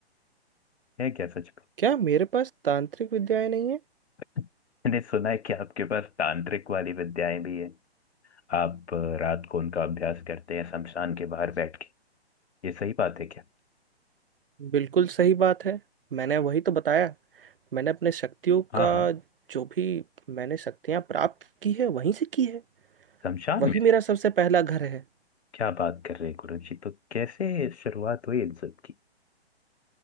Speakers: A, on the left; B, on the right.
A: है क्या सच में
B: क्या मेरे पास तांत्रिक विद्याएं नहीं है
A: <laughs> मैंने सुना है कि आपके पास तांत्रिक वाली विद्याएं भी है आप अ, रात को उनका अभ्यास करते हैं शमशान के बाहर बैठ के ये सही बात है क्या
B: बिल्कुल सही बात है मैंने वही तो बताया मैंने अपने शक्तियों
A: हाँ
B: का
A: हाँ
B: जो भी मैंने शक्तियां प्राप्त की है वहीं से की है
A: शमशान
B: वही
A: में से
B: मेरा सबसे पहला घर है
A: क्या बात कर रहे हैं गुरु जी तो कैसे शुरुआत हुई इन सब की